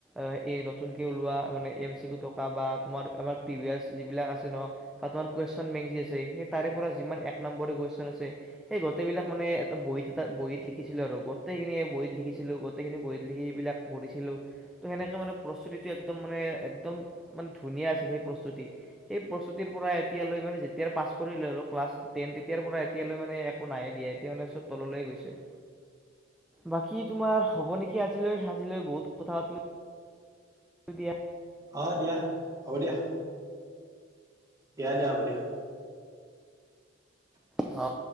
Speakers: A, in the centre; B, on the right.
A: অহ, এই নতুনকে ওলোৱা মানে এম চি কিউ থকা বা তোমাৰ আমাৰ প্ৰিভিয়াচ যিবিলাক আছে ন'। বা তোমাৰ কুৱেশ্যন বেঙ্ক আছে, সেই তাৰেই পৰা যিমান এক নম্বৰ কুৱেশ্যন আছে। সেই গোটেইবিলাক মানে বহীত এটাত বহীত লিখিছিলোঁ আৰু গোটেইখিনিয়ে বহীত লিখিছিলোঁ। গোটেইখিনি বহীত লিখি সেইবিলাক পঢ়িছিলোঁ। ত' সেনেকে মানে প্ৰস্তুতিটো একদম মানে, একদম মানে ধুনীয়া আছিল সেই প্ৰস্তুতি। সেই প্ৰস্তুতিৰ পৰাই এতিয়ালৈ মানে, যেতিয়াৰ পাছ কৰিলে এওঁলোক। ক্লাছ টেন তেতিয়াৰ পৰা এতিয়ালৈ মানে একো নাইয়ে দিয়া, এতিয়া মানে চব তললৈয়ে গৈছে। বাকী তোমাৰ হ'ব নেকি আজিলৈ, আজিলৈ বহুত কথা পাতিলোঁ। <unintelligible> দিয়া।
B: অহ, দিয়া, হ'ব দিয়া। দিয়া, দিয়া, হ'ব দিয়া।
A: অ'।